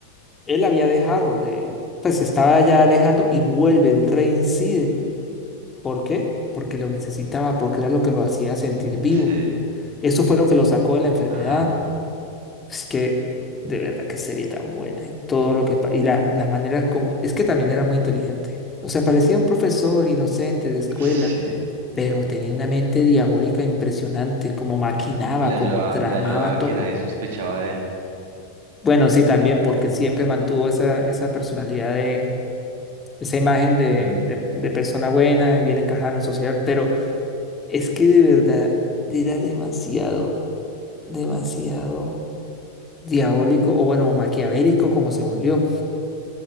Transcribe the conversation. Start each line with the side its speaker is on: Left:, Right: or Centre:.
Left: él había dejado de, pues se estaba ya alejando y vuelve, él reincide. ¿Por qué? Porque lo necesitaba, porque era lo que lo hacía sentir vivo.
Right: Sí,
Left: Eso fue lo que lo sacó de la enfermedad.
Right: ajá,
Left: Es que de verdad que sería tan buena y todo lo que pa- y las las maneras como es que también era muy inteligente. O sea, parecía un profesor inocente de escuela,
Right: sí.
Left: pero tenía una mente diabólica impresionante, como maquinaba,
Right: Y le
Left: como
Right: ayudaba,
Left: tramaba
Right: le ayudaba a
Left: todo.
Right: que nadie sospechaba de él.
Left: Bueno, sí, también porque siempre mantuvo esa esa personalidad de esa imagen de,
Right: Mm,
Left: de, de persona buena, de bien encajada en la sociedad, pero Es que de verdad era demasiado, demasiado diabólico o bueno, maquiavélico como se volvió.